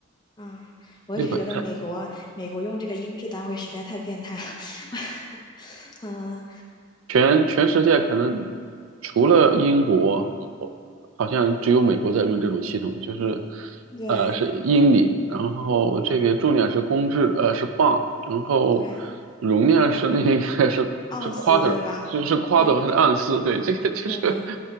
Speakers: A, on the left; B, on the right.
A: 啊，我一直觉得美国美国用这个音质单位实在太变态了。
B: 六百
A: <laughs> 嗯，
B: 全全世界可能除了英国，好像只有美国在用这种系统，就是
A: 对
B: 呃是英里，然后这个重量是公制，呃是磅，然后
A: 对，
B: 容量是那个
A: 还有
B: <laughs> 是是
A: 盎司对吧？
B: quarter，就是 quarter
A: 对，过，
B: 和盎司，对，这个就是
A: 对对